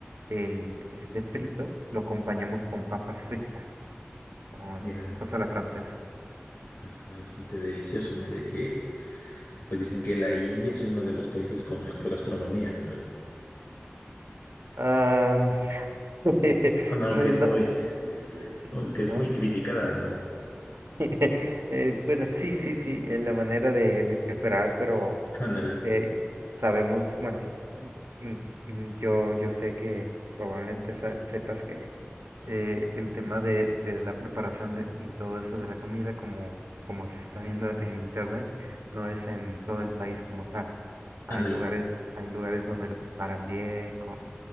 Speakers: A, on the right; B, on the left.
A: el, este frito, lo acompañamos con papas fritas, con
B: Mira,
A: papas a la francesa.
B: su- suena bastante delicioso, ¿no? Ya que pues dicen que la India es uno de los países con mejor gastronomía, ¿no?
A: Ah, <laughs>
B: Anda,
A: no,
B: Aunque
A: no,
B: es muy,
A: eh,
B: aunque es
A: ajá.
B: muy criticada, ¿no?
A: <laughs> Eh, bueno, sí, sí, sí, es la manera de, de preparar, pero
B: Ándale,
A: eh, sabemos, bueno, mm, mm, mm, yo, yo sé que probablemente sa- sepas que eh, el tema de, de la preparación de- y todo eso de la comida, como, como se está viendo en internet, no es en todo el país como tal. Hay
B: ándale.
A: lugares, hay lugares donde la preparan bien, con,